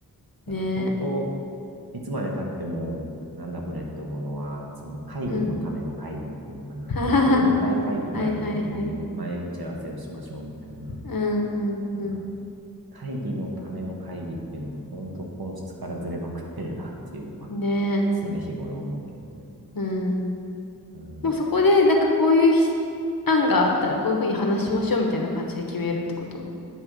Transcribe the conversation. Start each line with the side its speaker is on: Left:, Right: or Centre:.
Left: ね
Right: なんか本当、いつまで経っても、なんだこれって思うのは、その会議のための会議っていうのかな。
Left: え。うん。<laughs> ははは。
Right: ちょっと重たい会議があるときに前打ち合わせをしましょうみたいな。
Left: はいはいはい。うんうんうん。
Right: なんか会議のための会議っていうのが本当本質からずれまくってるなっていうのは
Left: ねえ。
Right: 常日頃思うけどね。
Left: うん。
Right: うん。
Left: もうそこで、なんかこういうひ案があったらこういうふうに話しましょうみたいな感じで決めるってこと